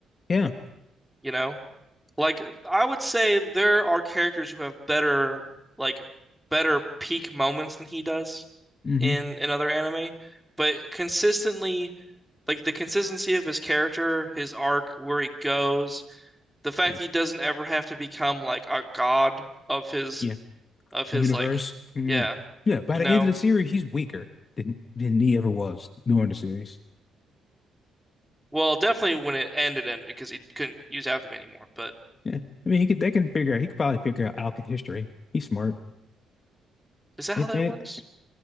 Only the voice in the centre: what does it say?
You know, like I would say there are characters who have better like better peak moments than he does
in another anime, but consistently. Like the consistency of his character, his arc, where he goes, the fact
that he doesn't ever have to become like a god of his
of his
like
yeah,
you
know,
Well, definitely when it ended, ended because he couldn't use alchemy anymore. But
is that
how that
works?